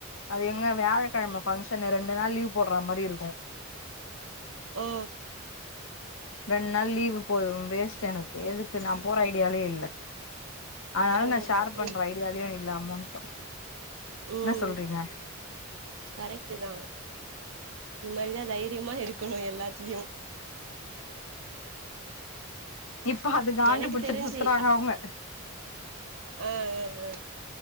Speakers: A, on the left; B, on the right.
A: அது எங்க வியாழக்கிழம ஃபங்க்ஷன் ரெண்டு நாள் லீவ் போடுற மாரி இருக்கு
B: ஆ
A: ரெண்டு நாள் லீவு் போய்ரு வேஸ்ட் எனக்கு எதுக்கு நா போற ஐடியாலேயே இல்ல அதனால
B: அவ்ளோதா
A: நா ஷேர் பண்ற
B: ம்
A: ஐடியா இல்ல அமௌன்ட்டு
B: உம்
A: சொல்றங்க
B: கரெக்டு தா இது மாரிதா தைரியமா இருக்கணு எல்லாத்துலையு
A: இப்ப அது காண்டு
B: எனக்கு
A: புடிச்சிட்சு
B: தெரிஞ்சு
A: சுத்துறாங்க அவங்க
B: அ அ அ